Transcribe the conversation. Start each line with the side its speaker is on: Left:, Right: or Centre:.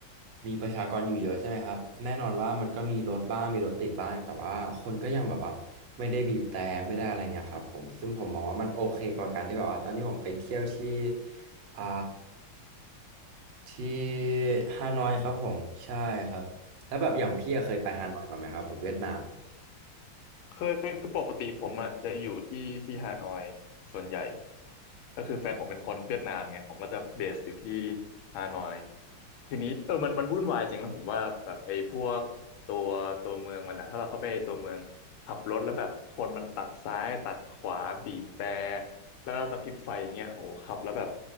Right: มีประชากรอยู่เยอะใช่ไหมครับแน่นอนว่ามันก็มีรถบ้างมีรถติดบ้างแต่ว่าคนก็ยังแบบว่าไม่ได้บีบแต่ไม่ได้อะไรเงี้ยครับผมซึ่งผมมองว่ามันโอเคกว่าการที่แบบว่าตอนที่ผมไปเที่ยวที่อ่า ที่ฮานอยครับผมใช่ครับแล้วแบบอย่างพี่อะเคยไปฮานอยมาไหมครับผมเวียดนาม
Left: เคยเป็นคือปกติผมอ่ะจะอยู่ที่ที่ฮานอยส่วนใหญ่ก็คือแฟนผมเป็นคนเวียดนามไงผมก็จะเบสอยู่ที่ฮานอยทีนี้เออมันมันวุ่นวายจริงนะผมว่าแบบไอ้พวกตัวตัวเมืองมันนะถ้าเราเข้าไปตัวเมืองขับรถแล้วแบบคนมันตัดซ้ายตัดขวาบีบแตรแล้วก็กระพริบไฟอย่างเงี้ยโหขับแล้วแบบ